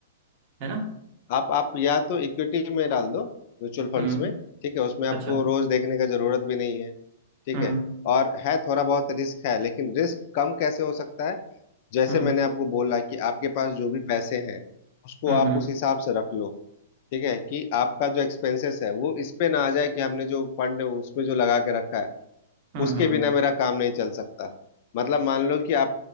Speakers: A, on the right; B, on the left.
A: है ना
B: आप आप या तो इक्विटी में डाल दो म्यूचुअल फंड्स
A: हम्म
B: में ठीक है उसमें आपको
A: अच्छा
B: रोज देखने का जरूरत भी नहीं है ठीक
A: हम्म
B: है और है थोड़ा बहुत रिस्क है लेकिन रिस्क कम कैसे हो सकता है जैसे
A: हम्म
B: मैंने आपको बोला कि आपके पास जो भी पैसे हैं उसको
A: हम्म
B: आप
A: हम्म
B: उस हिसाब से रख लो ठीक है कि आपका जो एक्सपेंसेस है वो इस पे ना आ जाए कि हमने जो फंड उसमें जो लगा के रखा है
A: हम्म
B: उसके
A: हम्म
B: बिना
A: हम्म
B: मेरा काम नहीं चल सकता मतलब मान लो कि आप